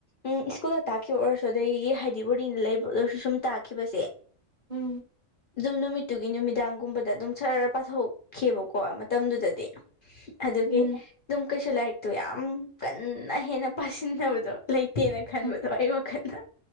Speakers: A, on the left (about 50°); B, on the right (about 30°).
A: ꯎꯝ ꯁ꯭ꯀꯨꯜꯗ ꯇꯛꯈꯤꯕ ꯑꯣꯏꯔꯁꯨ ꯑꯗꯒꯤ ꯍꯥꯏꯗꯤ ꯕꯣꯔꯗꯤꯡꯗ ꯂꯩꯕ ꯑꯣꯏꯔꯁꯨ ꯁꯨꯝ ꯇꯥꯛꯈꯤꯕꯁꯦ
B: ꯎꯝ
A: ꯑꯗꯨ ꯅꯨꯃꯤꯠꯇꯨꯒꯤ ꯅꯨꯃꯤꯗꯥꯡꯒꯨꯝꯕꯗ ꯑꯗꯨꯝ ꯁꯔ꯭ꯔ ꯄꯊꯣꯛꯈꯤꯕꯕꯀꯣ ꯃꯇꯝꯗꯨꯗꯗꯤ ꯑꯗꯨꯒꯤ
B: ꯎꯝ
A: ꯑꯗꯨꯝ ꯀꯩꯁꯨ ꯂꯥꯏꯔꯤꯛꯇꯣ ꯌꯥꯝ ꯀꯟꯅ ꯍꯦꯟꯅ ꯄꯁꯤꯟꯗꯕꯗꯣ ꯂꯩꯇꯦꯅ ꯈꯟꯕꯗꯣ
B: ꯎꯝ
A: ꯑꯩ ꯋꯈꯜꯗ